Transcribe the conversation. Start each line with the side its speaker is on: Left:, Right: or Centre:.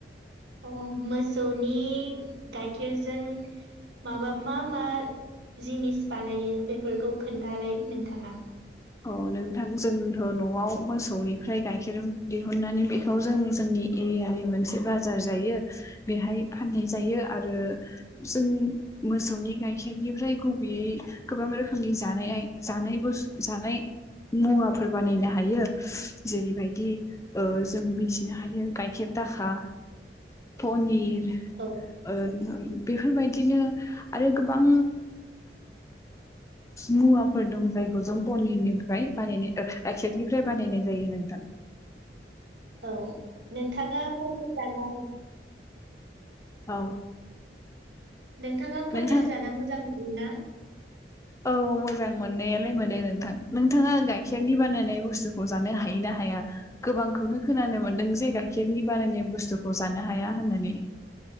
Right: अ मोस मोसौनि गाइखेरजों माबा मा - मा जिनिस बानायो बेफोरखौ खोन्थालाय नोंथाङा
Left: औ नोंथां जोंथ' न'आव मोसौनिफ्राय गाइखेर दिहुननानै बेखौ जों जोंनि एरियानि मोनसे बाजार जायो बेहाय फाननाय जायो आरो जों मोसौनि गाइखेरनिफ्राय गुबैयै गोबां रोखोमनि जानाय जानाय बुस जानाय मुवाफोर बानायनो हायो जेरैबायदि जों मिथिनो हायो गाइखेर दाखा पनिर
Right: औ
Left: ओं -ओं बेफोरबायदिनो आरो गोबां मुवाफोर दं जायखौ जों पनिरनिफ्राय बानायनाय गाइखेरनिफ्राय बानायनाय जायो नोंथां
Right: औ नोंथाङा <unintelligible>
Left: औ
Right: नोंथाङा पनिर
Left: नोंथां
Right: जाना मोजां ना
Left: औ मोजां मोननायालाय मोनो नोंथां नोंथाङा गाइखेरनि बानायनाय बुस्थुखौ जानो हायो ना हाया गोबांखौनो खोनानो मोनदों जे गाइखेरनि बानायनाय बुस्थुखौ जानो हाया होननानै